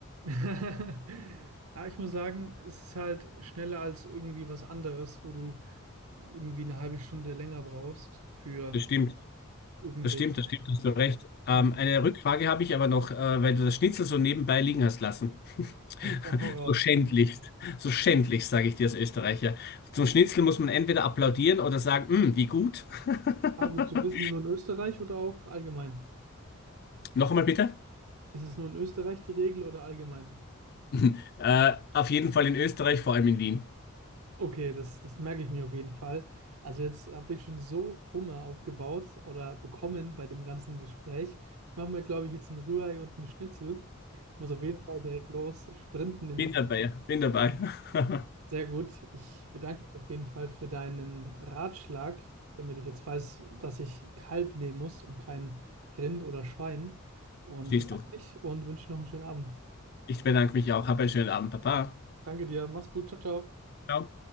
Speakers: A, on the right (about 80°); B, on the left (about 45°).
A: zack. <laughs> Aber ich muss sagen, es ist halt schneller als irgendwie was anderes, wo du irgendwie eine halbe Stunde länger brauchst für
B: Das stimmt,
A: irgendwelche.
B: das stimmt, das stimmt, hast du recht. Ähm,
A: <laughs>
B: eine Rückfrage habe ich aber noch, äh, weil du das Schnitzel so nebenbei liegen hast lassen. <laughs>
A: Hau raus.
B: So schändlichst, so schändlichst, sage ich dir als Österreicher. Zum Schnitzel muss man entweder applaudieren oder sagen, "Mm, wie gut. <laughs>
A: Ah, gut zu wissen, nur in Österreich oder auch allgemein?
B: Noch einmal bitte.
A: Ist es nur in Österreich die Regel oder allgemein?
B: <laughs> Äh, auf jeden Fall in Österreich, vor allem in Wien.
A: Okay, das, das merke ich mir auf jeden Fall. Also jetzt habe ich schon so Hunger aufgebaut oder bekommen bei dem ganzen Gespräch. Ich mache mir, glaube ich, jetzt einen Rührei und einen Schnitzel. Ich muss auf jeden Fall direkt los sprinten in
B: Bin
A: die Küche.
B: dabei, bin dabei. <laughs>
A: Sehr gut. Ich bedanke mich auf jeden Fall für deinen Ratschlag, damit ich jetzt weiß, dass ich Kalb nehmen muss und kein Rind oder Schwein. Und
B: Siehst
A: bedanke
B: du.
A: mich und wünsche noch einen schönen Abend.
B: Ich bedanke mich auch. Hab einen schönen Abend, Papa.
A: Danke dir, mach's gut, ciao, ciao.
B: Ciao.